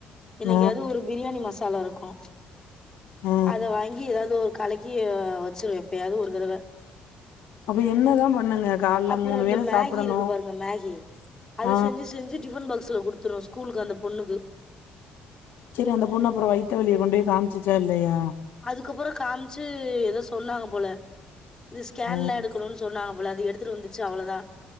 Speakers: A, on the left; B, on the left.
A: இன்னைக்கு
B: ஆ,
A: ஏதோ ஒரு பிரியாணி மசாலா இருக்கும்
B: ஆ.
A: அத வாங்கி ஏதாது ஒரு கலக்கி வச்சிருவேன் எப்பயாவது ஒரு தடவ
B: அப்ப என்னதான் பண்ணுங்க? காலைல
A: அப்புறம் வந்து
B: வேள
A: மேகி
B: சாப்பிடணும்.
A: இருக்கு பாருங்க மேகி அத
B: ஆ.
A: செஞ்சி செஞ்சி டிபன் பா க்ஸ்ல குடுத்துரும் ஸ்கூலுக்கு அந்த பொண்ணுக்கு
B: சரி அந்த பொண்ணு அப்பறம் வயிற்று வலியை கொண்டு போய் காமிச்சுச்சா இல்லையா
A: அதுக்கு அப்புறம் காமிச்சு ஏதோ சொன்னாங்க போல இது ஸ்கேன்ல
B: ஆ,
A: எடுக்கணும்னு சொன்னா அவ்ளோ அது எடுத்துட்டு வந்துச்சி அவ்ளோதான்